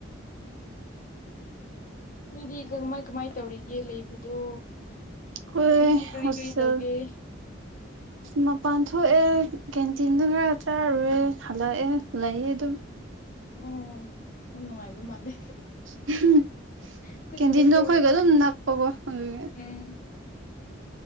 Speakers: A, on the left; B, on the right.
A: ꯃꯤꯗꯤ ꯀꯀꯃꯥꯏ ꯀꯃꯥꯏ ꯇꯧꯔꯤꯒꯦ ꯂꯩꯕꯗꯣ
B: ꯑꯈꯣꯏ
A: ꯉꯁꯤ ꯀꯔꯤ
B: ꯍꯣꯇꯦꯜ
A: ꯀꯔꯤ ꯇꯧꯒꯦ
B: ꯃꯄꯥꯟ ꯊꯣꯛꯑꯦ ꯀꯦꯟꯇꯤꯟꯗꯨ ꯈꯔ ꯆꯥꯔꯨꯔꯦ ꯍꯜꯂꯛꯑꯦ ꯂꯩꯌꯦ ꯑꯗꯨꯝ
A: ꯑꯣ ꯌꯥꯝ ꯅꯨꯡꯉꯥꯏꯕ ꯃꯥꯜꯂꯦ
B: <unintelligible>
A: ꯑꯩꯈꯣꯏꯁꯨ
B: ꯀꯦꯟꯗꯤꯟꯗꯣ
A: ꯍꯣꯁꯇꯦꯜꯗ
B: ꯑꯩꯈꯣꯏꯒ
A: ꯂꯩ
B: ꯑꯗꯨꯝ ꯅꯛꯄꯕꯣ ꯑꯗꯨ <unintelligible>
A: ꯎꯝ